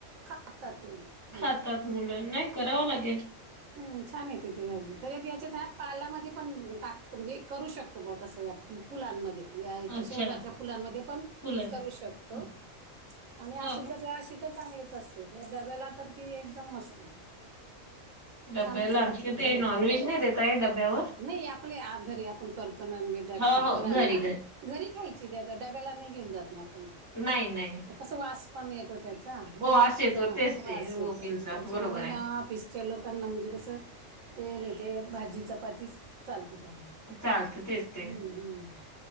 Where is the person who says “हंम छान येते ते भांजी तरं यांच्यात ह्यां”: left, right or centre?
Right